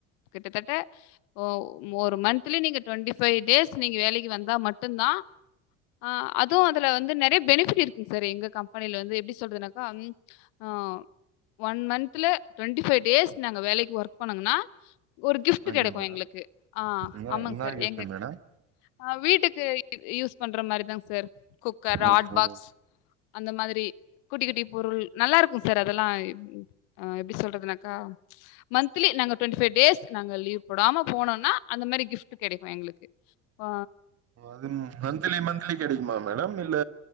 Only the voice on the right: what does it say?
ஓகே
மேடம்
என்ன
என்ன
கிஃப்ட்
மேடம்
ஓஹோ
அது மந்த்லி மந்த்லி கெடைக்குமா மேடம் இல்ல